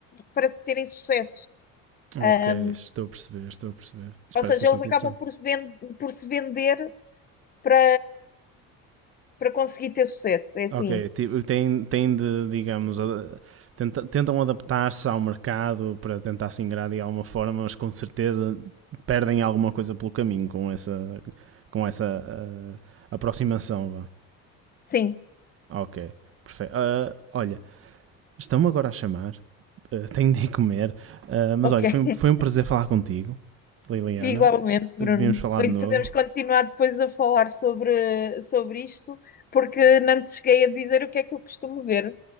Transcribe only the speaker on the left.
para terem sucesso.
Ah,
Ou
seja,
eles acabam
por, se ven- por se vender para, para conseguir ter sucesso. É assim.
Sim,
ok.
<laughs>
Igualmente, Bruno.
E
podemos continuar depois a falar sobre, sobre isto, porque não te cheguei a dizer o que é que eu costumo ver.